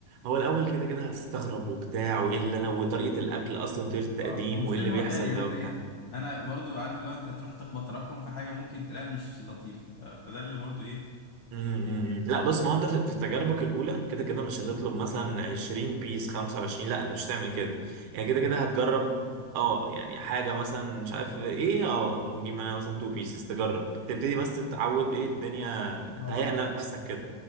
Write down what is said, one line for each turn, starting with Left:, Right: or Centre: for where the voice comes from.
Right: هو الاول كده كده هتستغرب وبتاع وايه اللي انا وطريقه الاكل اصلا وطريقه التقديم
Left: اه والمشكله
Right: وايه اللي
Left: ان هو
Right: بيحصل
Left: غالي يعني
Right: ده
Left: انت
Right: وبتاع
Left: ايه انا برضو عارف اللي هو انت هتروح تخبط رقم في حاجه ممكن تلاقيها مش لطيفه ف... فده اللي برضو ايه
Right: أمم، أمم. لا بص ما هو انت في في تجاربك الاولى كده كده مش هتطلب مثلا 20 بيس 25 لا انت مش هتعمل كده يعني كده كده هتجرب اه يعني حاجه مثلا مش عارف ايه اه نجيب انا مثلا 2 بيسز تجرب تبتدي بس تتعود ايه الدنيا
Left: اه
Right: تهيأ نفسك كده